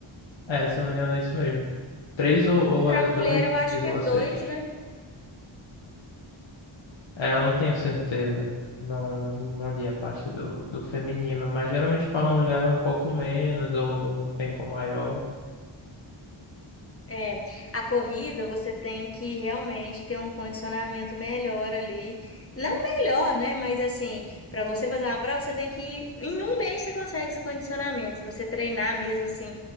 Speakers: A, on the left; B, on the left.
A: É, se eu não me engano, é isso mesmo. Três ou, ou
B: Para
A: é
B: mulher,
A: dois
B: eu acho
A: vírgula
B: que é dois,
A: seis,
B: né?
A: É, eu não tenho certeza. Não, não li a parte do, do feminino. Mas geralmente para mulher é um pouco menos ou num tempo maior.
B: É, a corrida você tem que realmente ter um condicionamento melhor ali. Não melhor, né? Mas assim, para você fazer uma prova, você tem que. Em um mês você consegue esse condicionamento. Se você treinar mesmo assim,